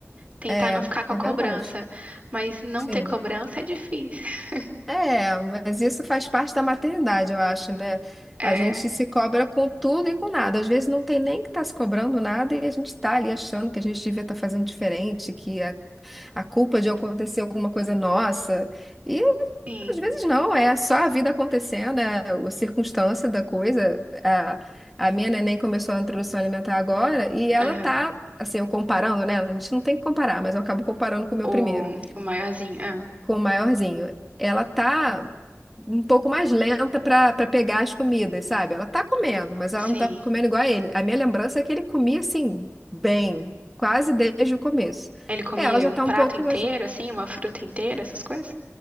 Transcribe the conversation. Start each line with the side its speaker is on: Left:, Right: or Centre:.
Right: tentar
Centre: é,
Right: não ficar com
Centre: é
Right: a cobrança,
Centre: verdade.
Right: mas não
Centre: Sim.
Right: ter cobrança é difícil. <laughs>
Centre: É, mas isso faz parte da maternidade, eu acho, né?
Right: É,
Centre: A gente se cobra com tudo e com nada. Às vezes não tem nem que estar tá se cobrando nada e a gente está ali achando que a gente devia estar fazendo diferente, que a, a culpa de acontecer alguma coisa é nossa. E
Right: sim.
Centre: às vezes não, é só a vida acontecendo, é a circunstância da coisa. A, a minha neném começou a introdução alimentar agora e ela
Right: Aham.
Centre: tá, assim, eu comparando, né? A gente não tem que comparar, mas eu acabo comparando com o meu
Right: O,
Centre: primeiro
Right: o maiorzinho, ah,
Centre: com o maiorzinho, ela tá um pouco mais lenta pra para pegar as comidas, sabe? Ela tá comendo, mas ela
Right: sim.
Centre: não tá comendo igual a ele. A minha lembrança é que ele comia assim, bem, quase desde o começo.
Right: Ele comia
Centre: Ela já
Right: um
Centre: tá
Right: prato
Centre: um pouco
Right: inteiro
Centre: mais.
Right: assim, uma fruta inteira, essas coisas?